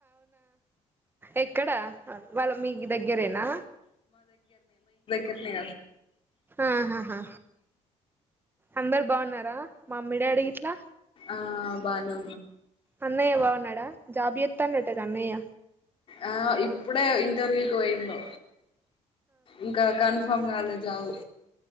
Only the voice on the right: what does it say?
ఎక్కడా వాళ్ళు మీకు దగ్గరేనా
ఆహాహా అందరు బాగున్నారా మమ్మి డాడి గిట్లా
అన్నయ్య బావున్నాడా జాబ్ చేతాన్నాట అన్నయ్య